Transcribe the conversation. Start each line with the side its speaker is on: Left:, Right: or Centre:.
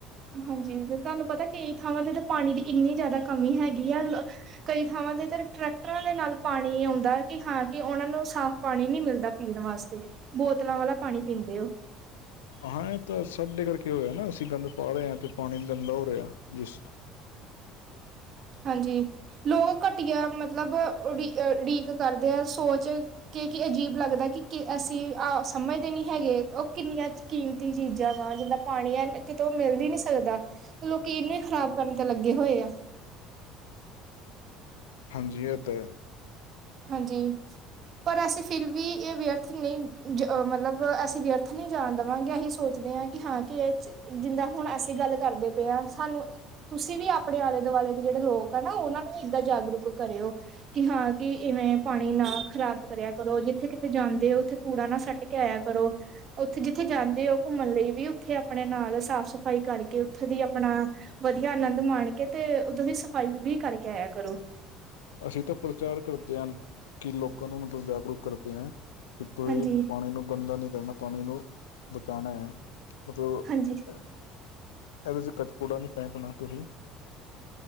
Right: ਹਾਂਜੀ ਤੁਹਾਨੂੰ ਪਤਾ ਕਈ ਥਾਵਾਂ ਤੇ ਤਾਂ ਪਾਣੀ ਦੀ ਇੰਨੀ ਜ਼ਿਆਦਾ ਕਮੀ ਹੈਗੀ ਆ ਕਈ ਥਾਵਾਂ ਤੇ ਟਰੈਕਟਰਾਂ ਦੇ ਨਾਲ ਪਾਣੀ ਆਉਂਦਾ ਕਿ ਹਾਂ ਕਿ ਉਹਨਾਂ ਨੂੰ ਸਾਫ਼ ਪਾਣੀ ਨੀ ਮਿਲਦਾ ਪੀਣ ਵਾਸਤੇ ਬੋਤਲਾਂ ਵਾਲਾ ਪਾਣੀ ਪੀਂਦੇ ਹੋ।
Left: ਹਾਂ ਇਹ ਤਾਂ ਸਭ ਡਿੱਗਰ ਕੇ ਹੋਇਆ ਨਾ ਅਸੀਂ ਗੰਦ ਪਾ ਰਹੇ ਹਾਂ ਤੇ ਪਾਣੀ ਗੰਦਾ ਹੋ ਰਿਹਾ ਜਿਸ
Right: ਹਾਂਜੀ ਲੋਕ ਘਟੀਆ ਮਤਲਬ ਉਡੀਕ ਉਡੀਕ ਕਰਦੇ ਆ ਸੋਚ ਕਿ ਕੀ ਅਜੀਬ ਲੱਗਦਾ ਕਿ ਅਸੀਂ ਆਹ ਸਮਝਦੇ ਨਹੀਂ ਹੈਗੇ ਉਹ ਕਿੰਨੀਆਂ ਕੀਮਤੀ ਚੀਜ਼ਾਂ ਵਾ ਜਿੰਦਾਂ ਪਾਣੀ ਆ ਕਿਤੇ ਉਹ ਮਿਲ ਵੀ ਨਹੀਂ ਸਕਦਾ। ਲੋਕੀ ਇਹਨੂੰ ਹੀ ਖ਼ਰਾਬ ਕਰਨ ਤੇ ਲੱਗੇ ਹੋਏ ਆ।
Left: ਹਾਂਜੀ ਤਾਂ
Right: ਹਾਂਜੀ ਪਰ ਅਸੀਂ ਫਿਰ ਵੀ ਇਹ ਵਿਅਰਥ ਨਹੀਂ ਮਤਲਬ ਅਸੀਂ ਵਿਅਰਥ ਨਹੀਂ ਜਾਣ ਦੇਵਾਂਗੇ ਅਸੀਂ ਸੋਚਦੇ ਹਾਂ ਕਿ ਹਾਂ ਕਿ ਇਹ ਜਿੰਦਾਂ ਹੁਣ ਅਸੀਂ ਗੱਲ ਕਰਦੇ ਪਏ ਹਾਂ ਸਾਨੂੰ ਤੁਸੀਂ ਵੀ ਆਪਣੇ ਆਲੇ ਦੁਆਲੇ ਦੇ ਜਿਹੜੇ ਲੋਕ ਆ ਨਾ ਉਹਨਾਂ ਨੂੰ ਵੀ ਇਏਦਾਂ ਜਾਗਰੂਕ ਕਰਿਓ ਕਿ ਹਾਂ ਕਿ ਇਵੇਂ ਪਾਣੀ ਨਾ ਖ਼ਰਾਬ ਕਰਿਆ ਕਰੋ ਜਿੱਥੇ ਕਿਤੇ ਜਾਂਦੇ ਹੋ ਉੱਥੇ ਕੂੜਾ ਨਾ ਸੱਟ ਕੇ ਆਇਆ ਕਰੋ ਉੱਥੇ ਜਿੱਥੇ ਜਾਂਦੇ ਹੋ ਘੁੰਮਣ ਲਈ ਵੀ ਉੱਥੇ ਆਪਣੇ ਨਾਲ ਸਾਫ਼ ਸਫ਼ਾਈ ਕਰਕੇ ਉੱਥੇ ਦੀ ਆਪਣਾ ਵਧੀਆ ਆਨੰਦ ਮਾਣ ਕੇ ਤੇ ਉੱਦੋਂ ਦੀ ਸਫ਼ਾਈ ਵੀ ਕਰਕੇ ਆਇਆ ਕਰੋ
Left: ਅਸੀਂ ਤਾਂ ਪ੍ਰਚਾਰ ਕਰਦੇ ਹਾਂ ਕਿ ਲੋਕਾਂ ਨੂੰ ਮਤਲਬ ਜਾਗਰੂਕ ਕਰਦੇ ਹਾਂ ਕਿ ਤੁਸੀਂ
Right: ਹਾਂਜੀ
Left: ਪਾਣੀ ਨੂੰ ਗੰਦਾ ਨਹੀਂ ਕਰਨਾ ਪਾਣੀ ਨੂੰ ਬਚਾਉਣਾ ਹੈ ਮਤਲਬ
Right: ਹਾਂਜੀ
Left: ਇਹਦੇ ਚ ਕ ਕੂੜਾ ਨਹੀਂੀ ਫੇਕਣਾ ਤੁਸੀਂ